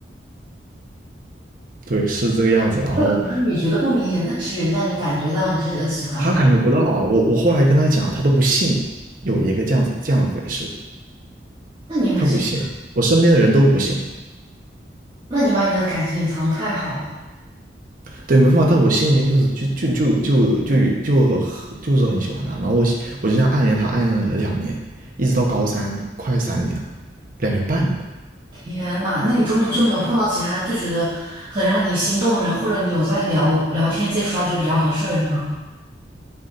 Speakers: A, on the right (about 50°); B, on the right (about 30°).
A: 对，是这个样子。然后
B: 有可能你觉得不明显，但是人家你感觉到你是呃喜欢他，
A: 他感觉不到啊，我我后来跟他讲，他都不信有一个这样子这样的回事，
B: 那你们其实，
A: 他不信啊我身边的人都不信，
B: 那你把你那个感情隐藏太好了，
A: 对，没办法。但我心里面就是就就就就就就很就是很喜欢他。然后我喜我就这样暗恋他，暗恋了两年，一直到高三，快三年了，两年半吧。
B: 天呐，那你中途就没有碰到其他就觉得很让你心动人，或者你有在聊聊天接触到觉得比较合适的人吗？